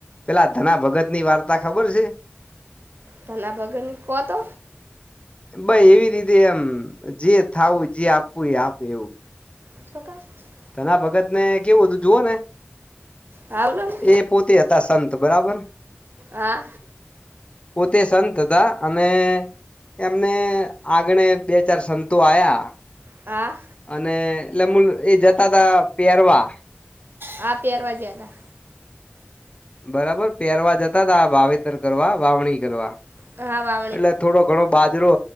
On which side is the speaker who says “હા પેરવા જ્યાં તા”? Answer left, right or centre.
Right